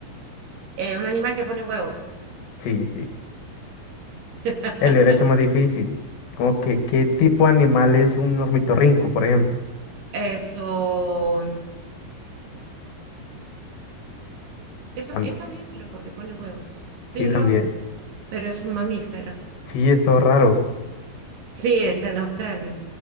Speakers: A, on the right; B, on the left.
A: Eh, un animal que pone huevos.
B: Sí, sí.
A: <laughs>
B: Él lo hubiera hecho más difícil. Como que, ¿qué tipo de animal es un ornitorrinco, por ejemplo?
A: Eso, eso,
B: Tam-
A: eso bien, pero porque pone huevos. Pero,
B: sí, también.
A: pero es un mamífero.
B: Sí, es todo raro.
A: Sí, está en Australia,